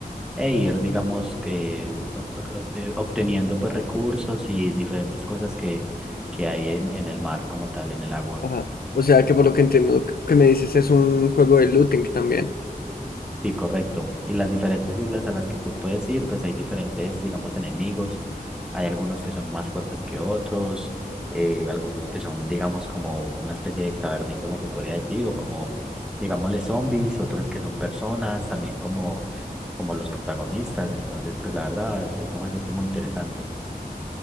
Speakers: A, in the centre; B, on the left (about 75°).
A: e ir, digamos, que ob- ob- eh, obteniendo pues recursos y diferentes cosas que, que hay en, en el mar como tal, en el agua.
B: Ajá. O sea que por lo que entiendo que me dices es un juego de looting también.
A: Sí, correcto. Y las diferentes islas a las que tú puedes ir, pues hay diferentes, digamos, enemigos. Hay algunos que son más fuertes que otros, eh, algunos que son, digamos, como una especie de cavernícola que podría decir, o como, digámosle, zombies, otros que son personas, también como, como los protagonistas. Entonces, pues la verdad, es un jueguito muy interesante.